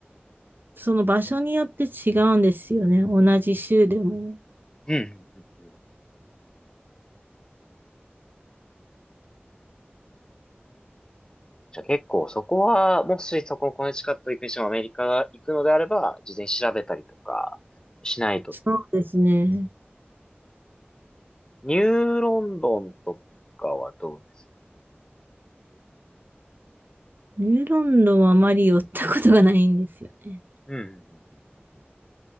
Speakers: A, on the right; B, on the left.
A: その場所によって違うんですよね。同じ州でも。
B: うんうんうんうんじゃあ結構そこは、もしそこのコネチカット行くにしてもアメリカが行くのであれば、事前に調べたりとかしないと。
A: そうですね。
B: ニューロンドンとかはどうです
A: ニューロンドンはあまり寄ったことがないんですよね。
B: うんうんうんうんうん